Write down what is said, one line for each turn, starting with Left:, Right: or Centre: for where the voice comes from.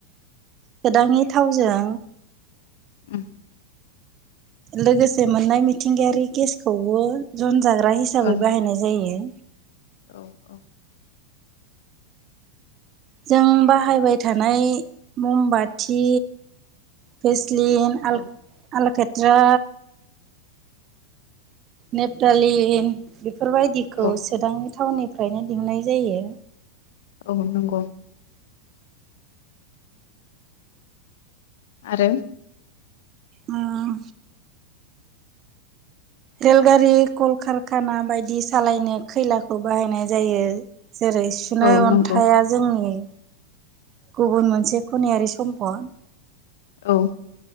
Right: सोदाङि थावजों।
Left: उम
Right: लोगोसे मोननाय मिथिंगायारि गेसखौबो जन जाग्रा हिसाबै
Left: ओं
Right: बाहायनाय जायो।
Left: औ औ
Right: जों बाहायबाय थानाय ममबाथि फेस लिन आल-आलकेट्रा।
Left: औ ओ
Right: नेपटालिन बेफोरबायदिखौ
Left: ओ औ
Right: सोदां टाउन निफ्रायनो दिहुननाय जायो।
Left: औ नंगौ आरो
Right: उम रेलगारि कलकारखाना बायदि सालायनो खैलाखौ बाहायनाय जायो। जेरै सुनै
Left: औ
Right: अन्थाया
Left: नंगौ
Right: जोंनि। गुबुन मोनसे खनियारि सम्पद।
Left: औ